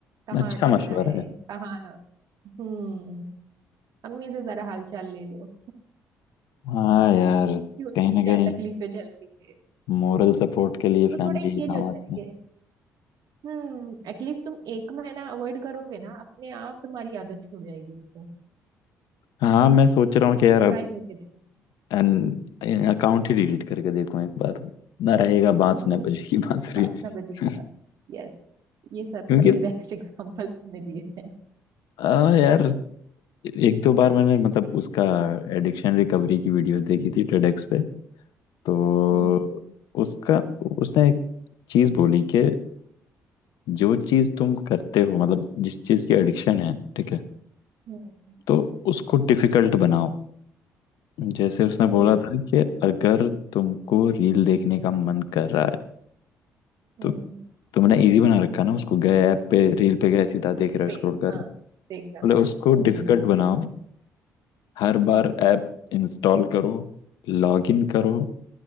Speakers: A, on the right; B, on the left.
A: कहाँ
B: अच्छा
A: अटक
B: मशवरा
A: रहा है
B: है
A: कहाँ हम्म अम्मी से जरा हाल चाल ले लो
B: हाँ यार
A: कि उनकी
B: कहीं ना
A: क्या
B: कहीं
A: तकलीफें चल रही है
B: मोरल सपोर्ट के लिए
A: तो
B: फैमिली
A: थोड़ा इंगेज
B: ही काम
A: हो जाएंगे
B: आती है
A: हम्म एटलीस्ट तुम एक महीना अवॉइड करोगे ना अपने आप तुम्हारी आदत छूट जाएगी उससे
B: हाँ मैं सोच रहा हूँ कि यार अब
A: ट्राई करके देना
B: एन अकाउंट ही डिलीट करके देखूँ एक बार ना रहेगा बांस
A: हम्म,
B: ना बजेगी बांसुरी
A: बात ना बजे की
B: <laughs>
A: बात यस ये सबसे
B: क्योंकि
A: बेस्ट एग्जांपल तुमने दिए हैं
B: आ, यार एक दो बार मैंने मतलब उसका एडिक्शन रिकवरी की वीडियोस देखी थी टेडेक्स पे तो
A: हम्म
B: उसका उसने एक चीज बोली कि जो चीज तुम करते हो मतलब जिस चीज की एडिक्शन है ठीक है
A: हम्म
B: तो उसको डिफिकल्ट बनाओ जैसे उसने बोला
A: यस
B: था कि अगर तुमको रील देखने का मन कर रहा है
A: हम्म
B: तो तुमने इजी बना रखा ना उसको गए ऐप पे रील पे गए सीधा देख रहे हो
A: पे
B: स्क्रॉल कर
A: हाँ
B: रहे हो
A: देखना
B: बोले उसको
A: हम्म
B: डिफिकल्ट बनाओ हर बार ऐप इंस्टॉल करो लॉग इन करो